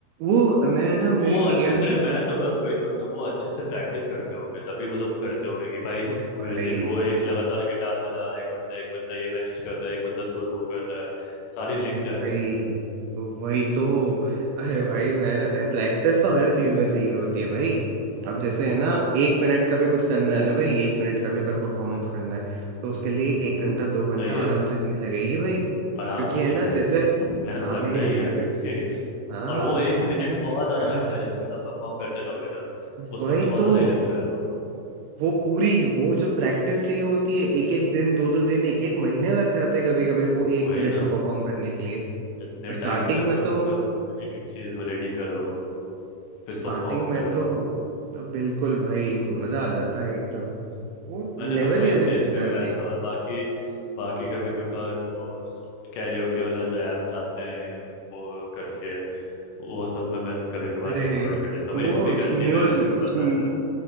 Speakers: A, on the right (about 80°); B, on the left (about 75°).
A: वो मैं ना
B: वो
A: मेरी
B: अच्छे
A: टीएल
B: से
A: थी
B: मैं तो बस वही सोचता हूँ वो अच्छे से प्रैक्टिस करते होंगे तभी वो लोग करते होंगे कि भाई
A: भाई
B: म्यूजिक वो एक लगातार गिटार बजा रहा है एक बंदा एक बंदा ये मैनेज कर रहा है एक बंदा सुर वो कर रहा है सारी लिंक्ड है
A: वही
B: अच्छे से
A: वही तो अरे
B: होता
A: भाई
B: है
A: मैंने प्रैक्टिस तो हर चीज में चाहिए होती है भाई
B: हम्म
A: अब जैसे है ना एक मिनट का भी कुछ करना है ना भाई एक मिनट का भी अगर परफॉर्मेंस
B: हम्म
A: करना है तो उसके
B: हम्म
A: लिए
B: हम्म
A: एक
B: हम्म।
A: घंटा दो घंटा
B: सही है
A: आराम से चीज लगेगी भाई
B: आराम
A: क्योंकि
B: से
A: है
B: चाहिए
A: ना जैसे
B: मेहनत
A: हाँ
B: लगता
A: भाई ये-
B: ही है क्योंकि <laughs>
A: हाँ
B: और वो एक मिनट बहुत ज्यादा
A: हाँ,
B: लगता है जिस वक्त आप परफॉर्म करते रहोगे ना उस
A: वही
B: वक्त तो बहुत
A: तो
B: ज्यादा ही लगता है वो
A: वो पूरी वो जो प्रैक्टिस चाहिए होती है एक एक दिन दो दो दिन एक एक महीने लग जाते हैं कभी कभी वो
B: वही
A: एक मिनट
B: ना
A: को परफॉर्म करने के लिए
B: इतने
A: स्टार्टिंग
B: टाइम तक
A: में तो
B: उसका एक एक चीज रेडी करो फिर
A: स्टार्टिंग
B: परफॉर्म
A: में
B: करो
A: तो बिल्कुल भाई मजा आ जाता है एकदम वो
B: मैंने
A: लेवल
B: बस वही
A: ही
B: स्टेज
A: अलग रहता
B: पे
A: है
B: गाया
A: भाई
B: था और बाकी बाकी कभी कभार वो कैरियोके वाला जो एप्स आते हैं वो करके वो सब में मैं कभी कभार
A: अरे
B: रिकॉर्ड कर लेता हूँ मेरी
A: वो
B: मम्मी करती
A: स्म्यूल
B: है मेरी मम्मी को
A: स्म,
B: पसंद है